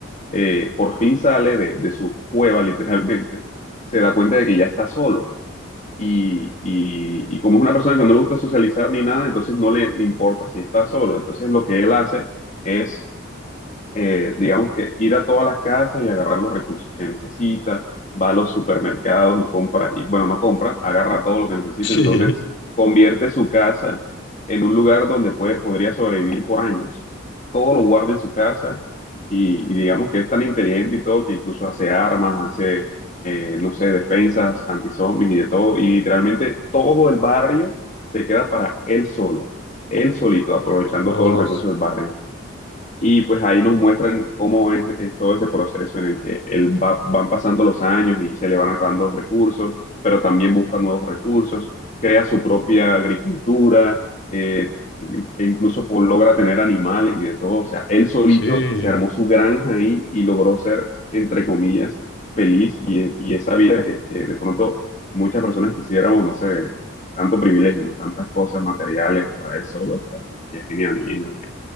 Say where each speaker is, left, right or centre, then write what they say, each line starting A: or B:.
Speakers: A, on the left (about 35°); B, on the left (about 65°).
A: eh, por fin sale de, de su cueva literalmente, se da cuenta de que ya está solo. Y, y- y como es una persona que no le gusta socializar ni nada, entonces no le importa si está solo. Entonces lo que él hace es eh, digamos que ir a todas las casas y agarrar los recursos que necesita, va a los supermercados y compra, y bueno, no compra, agarra todo lo que necesita,
B: sí.
A: entonces convierte su casa en un lugar donde puede, podría sobrevivir por años. Todo lo guarda en su casa y, y digamos que es tan inteligente y todo que incluso hace armas, hace, eh, no sé, defensas, antizombis y de todo, y literalmente todo el barrio se queda para él solo, él solito, aprovechando
B: Ah,
A: todos los recursos del barrio. Y pues ahí nos muestran cómo es, es todo ese proceso en el que él va, van pasando los años y se le van acabando los recursos, pero también busca nuevos recursos, crea su propia agricultura, eh, e incluso po- logra tener animales y de todo. O sea, él solito
B: sí.
A: se armó su granja ahí y logró ser, entre comillas, feliz y, y esa vida que, que de pronto muchas personas quisiéramos, no sé, tanto privilegio, ¿no? Tantas cosas materiales para él solo. o sea, y es genial. Y en,